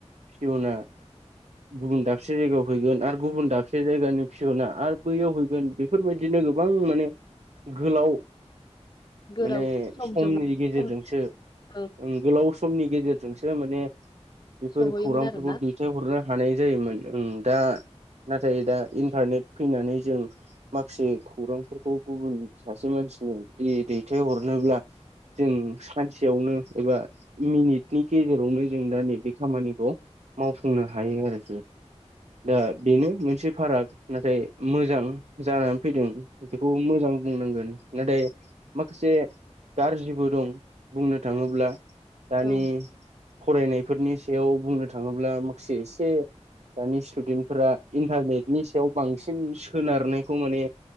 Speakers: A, on the right; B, on the left.
A: खेवना गुबुन दाबसे जायगायाव हैगोन आरो गुबुन दाबसे जायगानि फियना आरो बैयाव हैगोन बेफोरबायदिनो गोबां माने गोलाव
B: गोराव
A: माने
B: समजों
A: समनि गेजेरजोंसो
B: सम ओं
A: ओम गोलाव सम समनि गेजेरजोंसो माने बेफोर
B: सहैयोमोन
A: खौरांफोरखौ
B: आरोना
A: दैथाय दा हानाय जायोमोन ओम दा नाथाय दा इन्टारनेट फैनानै जों माखासे खौरांफोरखौ गुबुन सासे मानसिनो जि दैथायहरनोब्ला जों सानसेयावनो एबा मिनिटनि गेजेरावनो जों दा नैबे खामानिखौ मावफुंनो हायो आरोखि दा बेनो मोनसे फाराग नाथाय मोजां जानानै फैदों बेखौ मोजां बुंनांगोन नाथाय माखासे गाज्रिबो दं बुंनो थाङोब्ला। दानि
B: ओं
A: फरायनायफोरनि सायाव बुंनो था थाङोब्ला माखासे एसे दानि स्टुडेन्टफोरा इन्टारनेटनि सायाव बांसिन सोनारनायखौ माने